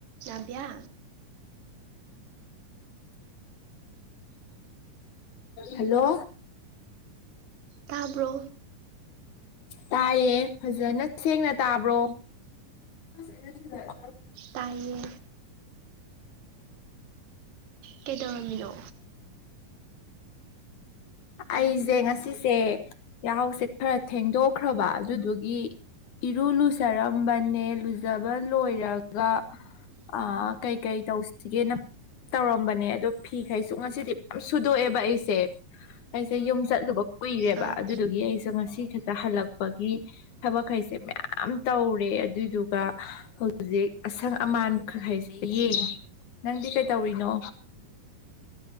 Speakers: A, on the right; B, on the left.
A: ꯅꯥꯕꯤꯌꯥ
B: ꯑꯣꯦꯜꯂ ꯍꯜꯂꯣ
A: ꯇꯥꯕ꯭ꯔꯣ
B: ꯇꯥꯏꯌꯦ ꯐꯖꯅ ꯁꯦꯡꯅ ꯇꯥꯕ꯭ꯔꯣ ꯑ
A: ꯇꯥꯏꯌꯦ ꯀꯩꯗꯧꯔꯝꯃꯤꯂꯣ
B: ꯑꯩꯁꯦ ꯉꯁꯤꯁꯦ ꯌꯥꯍꯥꯎꯁꯦ ꯈꯔ ꯊꯦꯡꯗꯣꯛꯈ꯭ꯔꯕ ꯑꯗꯨꯗꯨꯒꯤ ꯏꯔꯨ ꯂꯨꯖꯔꯝꯕꯅꯦ ꯂꯨꯖꯕ ꯂꯣꯏꯔꯒ ꯑ ꯀꯩꯀꯩ ꯇꯧꯁꯤꯒꯦꯅ ꯇꯧꯔꯝꯕꯅꯦ ꯑꯗꯣ ꯐꯤꯈꯩꯁꯨ ꯉꯁꯤꯗꯤ ꯁꯨꯗꯣꯛꯑꯦꯕ ꯑꯩꯁꯦ ꯑꯩꯁꯦ ꯌꯨꯝ ꯆꯠꯂꯨꯕ ꯀꯨꯏꯔꯦꯕ
A: ꯑꯥ
B: ꯑꯗꯨꯗꯨꯒꯤ ꯑꯩꯁꯨ ꯉꯁꯤ ꯈꯛꯇ ꯍꯜꯂꯛꯄꯒꯤ ꯊꯕꯛꯈꯩꯁꯦ ꯃꯌꯥꯝ ꯇꯧꯔꯦ ꯑꯗꯨꯏꯗꯨꯒ ꯍꯧꯖꯤꯖꯤꯛ ꯑꯁꯪ ꯑꯃꯥꯟꯈꯩꯁꯦ ꯌꯦꯡꯉꯦ ꯅꯪꯗꯤ ꯀꯩꯇꯧꯔꯤꯅꯣ